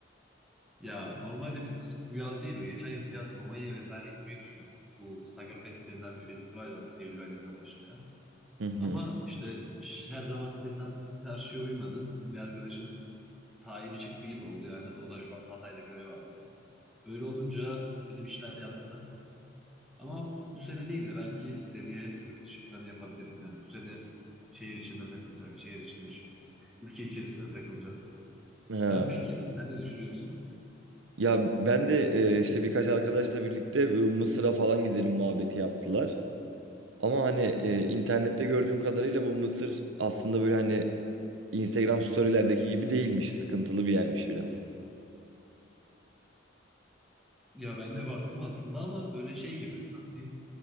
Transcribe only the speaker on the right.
Hı hı.
Ha.
Ya ben de e, işte birkaç arkadaşla birlikte e, Mısır'a falan gidelim muhabbeti yaptılar. Ama hani e, internette gördüğüm kadarıyla bu Mısır aslında böyle hani Instagram storylerdeki gibi değilmiş. Sıkıntılı bir yermiş biraz.